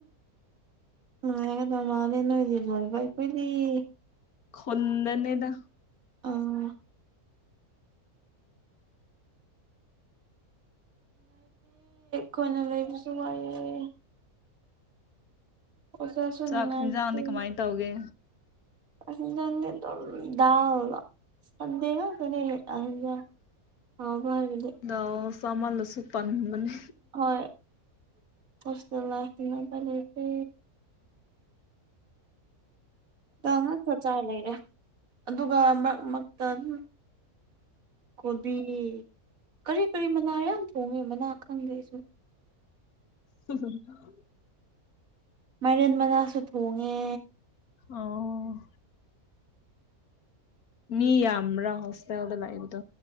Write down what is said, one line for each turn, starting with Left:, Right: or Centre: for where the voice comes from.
Right: ꯅꯨꯡꯉꯥꯢꯒꯕꯗ ꯃꯥꯂꯦ ꯅꯣꯢꯒꯤ <unintelligible>
Left: ꯈꯨꯟꯗꯅꯦꯗ
Right: ꯑꯥ ꯀꯣꯏꯅ ꯂꯩꯕꯁꯨ ꯋꯥꯏꯑꯦ ꯑꯣꯖꯥꯁꯨ
Left: ꯆꯥꯛ
Right: ꯅꯨꯡꯉꯥꯏꯇꯦ
Left: ꯌꯦꯟꯖꯥꯡꯗꯤ ꯀꯃꯥꯏꯅ ꯇꯧꯒꯦ
Right: ꯑꯗꯨꯝ ꯗꯥꯜ ꯁꯟꯗꯦ ꯈꯛꯇꯅꯦ ꯑꯗꯨꯗ <unintelligible>
Left: ꯗꯥꯜ ꯆꯥꯃꯜꯂꯁꯨ ꯇꯟꯕꯅꯤ
Right: ꯍꯣꯢ <unintelligible> ꯗꯥꯜ ꯉꯥꯛꯇ ꯆꯥ ꯂꯩꯔꯦ ꯑꯗꯨꯒ ꯃꯔꯛ ꯃꯔꯛꯇ ꯑꯗꯨꯝ ꯀꯣꯕꯤ ꯀꯔꯤ ꯀꯔꯤ ꯃꯅꯥ ꯌꯥꯝ ꯊꯣꯡꯉꯦ ꯃꯅꯥ ꯈꯪꯗꯦ ꯑꯩꯁꯨ
Left: ꯎ <unintelligible>
Right: ꯃꯥꯏꯔꯦꯟ ꯃꯅꯥꯁꯨ ꯊꯣꯡꯉꯦ
Left: ꯑꯣ ꯃꯤ ꯌꯥꯝꯕꯔꯥ ꯍꯣꯁꯇꯦꯜꯗ ꯂꯩꯕꯗꯣ